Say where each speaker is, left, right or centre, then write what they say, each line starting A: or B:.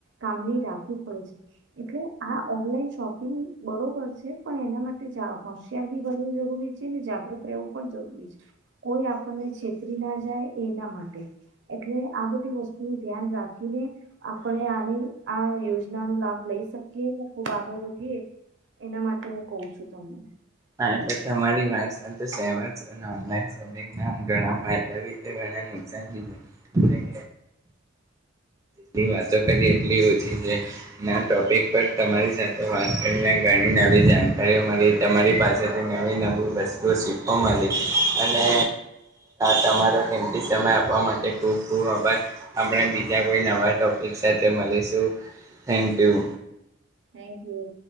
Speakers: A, on the right (about 60°); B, on the right (about 15°).
A: કામની રાખવી પડે છે એટલે આ ઓનલાઈન શોપિંગ બરોબર છે પણ એના માટે જાઓ. હોશિયાર બી બનવું જરૂરી છે અને જાગૃત રહેવું પણ જરૂરી છે કોઈ આપણને છેતરી ના જાય એના માટે એટલે આ બધી વસ્તુ નું ધ્યાન રાખીને આપણે આની આ યોજનનો લાભ લઈ શકીએ ખુબ આગળ વધીએ એના માટે હું કહું છું તમને.
B: હા એટલે તમારી વાત સાથે સેમત છું ઓનલાઈન સોપીગના ઘણા ફાયદા છે આ ટોપિક પર વાતો કરીએં એટલી ઓછી છે ટોપિક પર તમારી સાથે વાત કરીને ઘણી નવી જાણકારીઓ મળી તમારી. પાસેથી નવી નવી વસ્તુ શીખવા મળી અને તમારો કિંમતી સમય આપવા માટે ખૂબ ખૂબ આભાર આપણે બીજા કોઈ નવા ટોપિક સાથે મળીશું થેન્ક યુ.
A: Thank you.